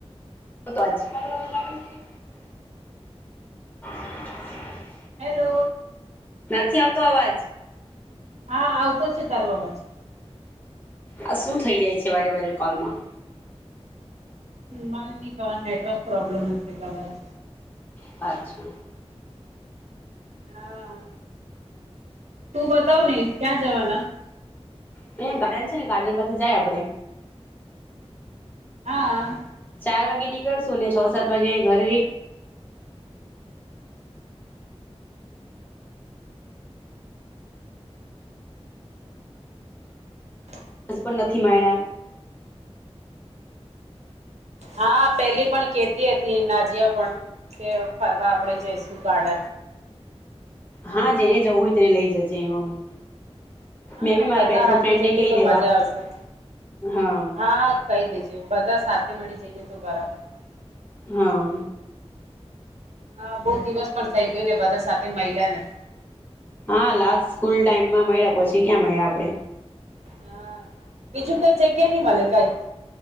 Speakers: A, on the left; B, on the right.
A: <unintelligible>
B: હેલો
A: નથી આવતો અવાજ
B: હા આવતો છે તારો અવાજ
A: આ શું થઇ જાય છે, વારે વારે કોલમાં
B: મને ની કવા નેટવર્ક પ્રોબ્લેમ હશે કદાચ
A: પાછો,
B: હા તું બતાવ ને ક્યાં જવાના?
A: હું અહીંયા ગાડન છે ને ગાડન પાસે જાય આપડે
B: હા
A: ચાર વાગે નીકળશું ને છ સાત વાગે ઘરે રી
B: <unintelligible>
A: સ પણ નથી મા્
B: હા પેલી પણ કેતી હતી એના નાજિયા પણ કે ફરવા આપણેે જઈશું ગાર્ડન
A: હા જેને જવું હોય તેને લઈ જજે એમાં હું.
B: હા
A: મેં બી મારા
B: બધા
A: બે ત્રણ
B: હાથે
A: ફ્રેન્ડને
B: જઈએ
A: કહી
B: તો
A: દેવા
B: મજા આવશે
A: હા
B: હા કહી દેજે બધા સાથે મળી જઈએ. તો બરાબર.
A: હા
B: હા બહુ દિવસ પણ થઈ ગયો ને. બધા સાથે મળિલા નથી.
A: હા લાસ્ટ સ્કૂલ ટાઈમમાં મળ્યા પછી ક્યાં મળ્યા આપડે.
B: હા બીજું કઈ જગ્યા નહી મળલે કઈ.